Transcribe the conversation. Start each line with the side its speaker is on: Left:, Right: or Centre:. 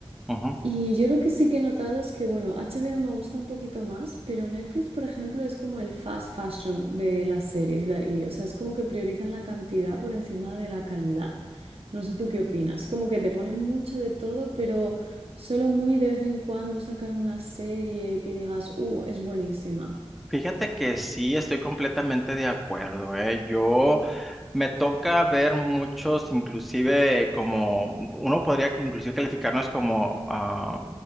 Centre: Ujú.
Right: Y yo lo que sí que he notado es que, bueno, HBO me gusta un poquito más, pero Netflix, por ejemplo, es como el fast fashion de las series. la- y, o sea, es como que priorizan la cantidad por encima de la calidad. No sé tú qué opinas. Como que te ponen mucho de todo, pero solo muy de vez en cuando sacan una serie que digas, uh, es buenísima.
Centre: Fíjate que sí, estoy completamente de acuerdo, ¿eh? Yo me toca ver muchos, inclusive como, uno podría que inclusive calificarnos como ah,